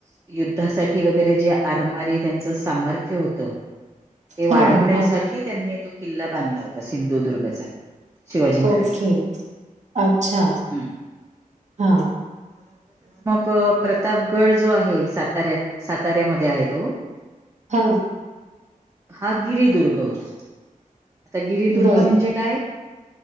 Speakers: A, on the right; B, on the right.
A: युद्धासा ठी वगेरे जे आरमारी त्यांचं सामर्थ्य होतं ते
B: हां,
A: वाढवण्यासा
B: हां.
A: ठी त्यांनी तो किल्ला बांधला होता सिंधुदुर्गचा शिवाजी महाराजांनी.
B: ओके अच्छा
A: हम्म
B: हा
A: तो प्रतापगड जो आहे साताऱ्यात साताऱ्यामध्ये आहे तो
B: हा
A: हा गिरीदुर्ग होता आता गिरीदुर्ग
B: बरं.
A: म्हणजे काय